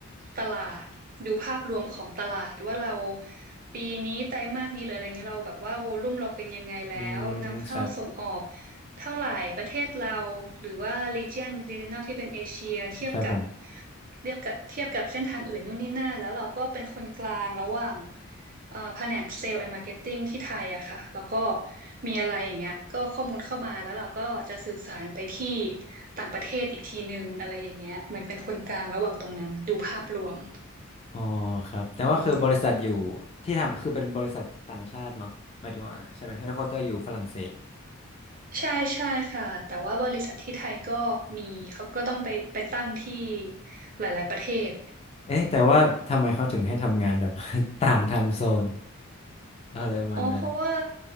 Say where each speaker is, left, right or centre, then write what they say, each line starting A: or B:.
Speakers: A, on the right (about 40°); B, on the left (about 30°).
A: ตลาดดูภาพรวมของตลาดว่าเราปีนี้ไตรมาสนี้หรืออะไรเงี้ยเราแบบว่าโวลุ่มเราเป็นยังไงแล้วนำเข้าส่งออก
B: อืมครับ
A: เท่าไหร่ประเทศเราหรือว่า region regional ที่เป็นเอเชียเทียบกับ
B: ครับผม
A: เทียบกับเทียบกับเส้นทางอื่นนู่นนี่นั่นแล้วเราก็เป็นคนกลางระหว่าง เอ่อแผนกเซลล์แอนด์มาร์เก็ตติ้งที่ไทยอะค่ะแล้วก็มีอะไรอย่างเงี้ยก็ข้อมูลเข้ามาแล้วเราก็จะสื่อสารไปที่ต่างประเทศอีกทีนึงอะไรอย่างเงี้ยเหมือนเป็นคนกลางระหว่างตรงนั้นดูภาพรวม
B: อ๋อครับแต่ว่าคือบริษัทอยู่
A: อืม
B: ที่ทำคือเป็นบริษัทต่างชาติเนาะหมายถึงว่าใช่ไหมเฮดค q u เตอร์อยู่ฝรั่งเศส
A: ใช่ใช่ค่ะแต่ว่าบริษัทที่ไทยก็มีเขาก็ต้องไปไปตั้งที่หลายๆประเทศ
B: เอ๊ะแต่ว่าทำไมเขาถึงให้ทำงานแบบ <laughs> ต่างไทำโซนอะไรประมาณนั้น
A: อ๋อเพราะว่า